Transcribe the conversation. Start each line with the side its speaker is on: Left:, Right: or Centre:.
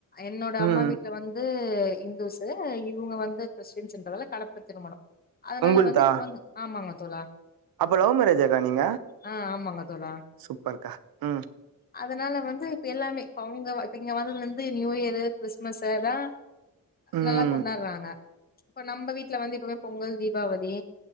Left: என்னோட
Right: ம்
Left: அம்மா வீட்ல வந்து இந்துஸு இவுங்க வந்து கிறிஸ்டின்ஸ்ன்றதுனால கலப்பு திருமணம் அதனால
Right: உங்குள்தா
Left: வந்து இப்ப வந்து ஆமாங்க தோழா
Right: அப்போ லவ் மேரேஜாக்கா நீங்க
Left: ஆ ஆமாங்க தோழா
Right: சூப்பர்க்கா உம்
Left: அதனால வந்து இப்ப எல்லாமே இப்ப அவுங்க இப்ப இங்க வந்ததுல இருந்து நியூ இயரு கிறிஸ்மஸ் அதா
Right: ம்
Left: நல்லா கொண்டாடுறாங்க இப்ப நம்ம வீட்ல வந்து எப்பவுமே பொங்கல் தீபாவளி